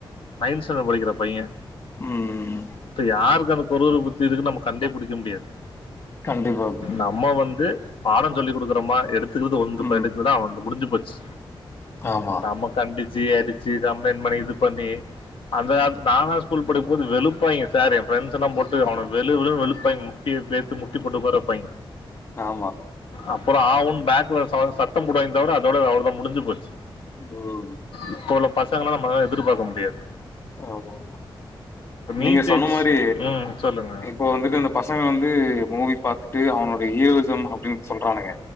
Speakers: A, on the left (about 80°); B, on the left (about 30°).
A: நைன் ஸ்டண்டர்டு படிக்கிற பைய
B: ம்
A: இப்ப யாருக்கு அந்த குருர புத்தி இருக்குன் நமக்கு கண்டே புடிக்க முடியாது
B: கண்டிப்பா ப்ரோ.
A: நம்ம வந்து பாட சொல்லி கொடுக்குறோமா எடுத்துக்கிறது ஒன்து
B: ம்
A: எடுக்கலனா அவனுது முடிஞ்சு போச்சு
B: ஆமா
A: நம்ம கண்டிச்சு அடிச்சு கம்ப்ளைன் பண்ணி இது பண்ணி அந்த காலத்து நானா ஸ்கூல் படிக்கும் போது வெளுப்பாய்ங்க சார் என் ஃரெண்ட்ஸ் எல்லா போட்டு அவன வெளு வெளு வெளுப்பாய்ங்க முட்டிய பேத்து முட்டிப்போட்டு உக்கார வப்
B: ஆமா
A: அப்பற ஆ ஊ னு பேக்குல ச சத்த போடுவாய்ங்க தவர அதோட அவ்ள முடிஞ்சு போச்சு
B: ம்
A: இப்ப உள்ள பசங்கள நம்ம அத எதிர்பாக்க முடியாது
B: ஆமாமா.
A: நீட்
B: நீங்க சொன்ன
A: எக்ஸ்
B: மாரி
A: ம் சொல்லுங்க
B: இப்போ வந்துட்டு இந்த பசங்க வந்து மூவி பாத்துட்டு அவனுடைய ஹீரோயிசம் அப்படின் சொல்றானுங்க